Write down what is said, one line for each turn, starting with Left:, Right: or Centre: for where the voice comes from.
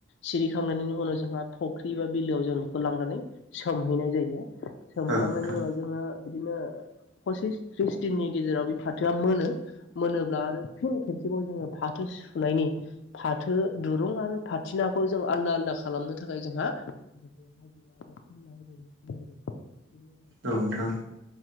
Left: सिरिखांनायनि उनाव जोंहा फख्रि बा बिलोआव जों बेखौ लांनानै सोमहैनाय जायो। सोमखांनायनि
Right: औ नोंथां
Left: उनाव जोङो बिदिनो फसिस थ्रिस दिननि गेजेराव बे फाथोआ मोनो मोनोब्ला आरो फिन खेबसेबाव जोङो फाथो फुनायनि फाथो दुरुं आरो फथिनाखौ जों आलदा आलदा खालामनो थाखाय जोंहा हाजिरा एबा खामला होबावनो गोनां जायो।
Right: औ नोंथां।